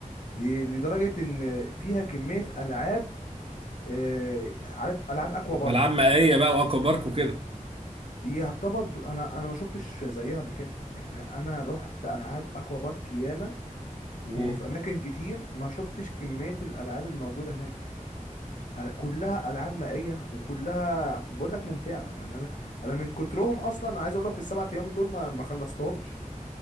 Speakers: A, on the left; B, on the right.
A: دي لدرجة ان فيها كمية العاب آه، عارف العاب اكوا بارك
B: العاب مائيه بقى واكوا بارك وكده
A: دي يعتبر ب- انا انا ما شفتش زيها قبل كده يعني انا رحت العاب اكوا بارك ياما وفي
B: مم.
A: اماكن كتير ما شفتش كمية الالعاب الموجودة هناك ألا- كلها العاب مائية وكلها بقول لك ممتعة يعني انا انا من كترهم اصلا عايز اقول لك في السبع ايام دول ما ما خلصتهمش